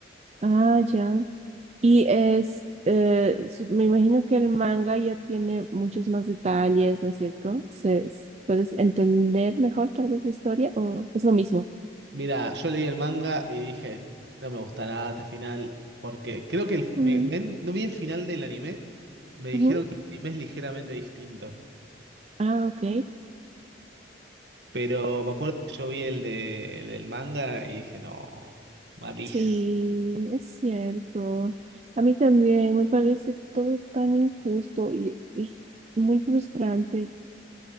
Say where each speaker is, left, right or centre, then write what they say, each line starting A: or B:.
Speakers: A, on the right; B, on the right.
A: Ah, ya. Y es, eh, su- me imagino que el manga ya tiene muchos más detalles, ¿no es cierto? Se, s- ¿puedes entender mejor tal vez la historia o es lo mismo?
B: Mira, yo leí el manga y dije, no me gusta nada este final, porque creo que el-
A: Mm,
B: me- me- no vi el final del anime, me dijeron
A: ujú.
B: que el anime es ligeramente distinto,
A: Ah, ok.
B: pero me acuerdo que yo vi el, de, el del manga y dije, no, malísimo.
A: Sí, es cierto. A mí también me parece todo tan injusto y, y muy frustrante.